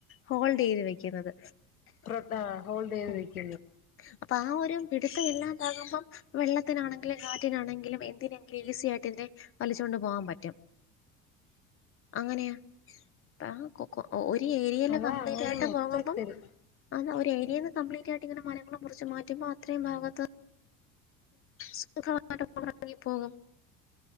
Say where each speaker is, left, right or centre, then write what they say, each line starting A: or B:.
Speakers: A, on the left; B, on the left.
A: ഹോൾഡ് ചെയ്ത് വെക്കുന്നത്
B: പ്ര ആഹ് ഹോൾഡതിക്ക
A: ഉം അപ്പൊ ആഹ് ഒരു പിടുത്തം ഇല്ലാതാകുമ്പം വെള്ളത്തിനാണെങ്കിലും കാറ്റിനാണെങ്കിലും എന്തിനെങ്കിലും ഈസി ആായിട്ട് ഇതിനെ വലിച്ചുകൊണ്ട് പോകാൻ പറ്റും അങ്ങനെയാ? ആഹ് കൊ ഒരു ഏരിയല്ലാം
B: അതാ
A: കംപ്ലീറ്റ്
B: അങ്ങനെ
A: ആയിട്ട്
B: മൊത്തത്തിൽ
A: പോകുമ്പം ആഹ് ഒരു രിയയിൽന്ന് കബ്ലീറ്റ് ആയിട്ട്ങ്ങനെ മനങ്ങളും കുറിച്ച് മാറ്റുമ്പോ അത്രയും ഭാഗത്ത് സുഖമായിട്ട് കൊണ്ടറങ്ങിപ്പോകും